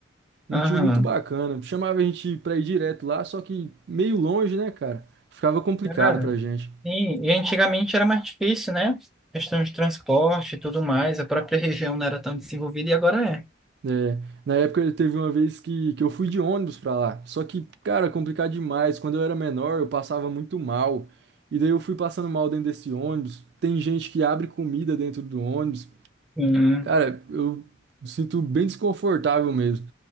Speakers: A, on the right (about 60°); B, in the centre.
A: Um
B: Aham.
A: tio muito bacana. Chamava a gente pra ir direto lá, só que meio longe, né, cara? Ficava complicado
B: Cara,
A: pra gente.
B: sim, e antigamente era mais difícil, né? Questão de transporte e tudo mais, a própria região não era tão desenvolvida e agora é.
A: É, na época teve uma vez que, que eu fui de ônibus pra lá. Só que, cara, complicado demais. Quando eu era menor, eu passava muito mal. E daí eu fui passando mal dentro desse ônibus. Tem gente que abre comida dentro do ônibus.
B: Sim,
A: Cara, eu me sinto bem desconfortável mesmo.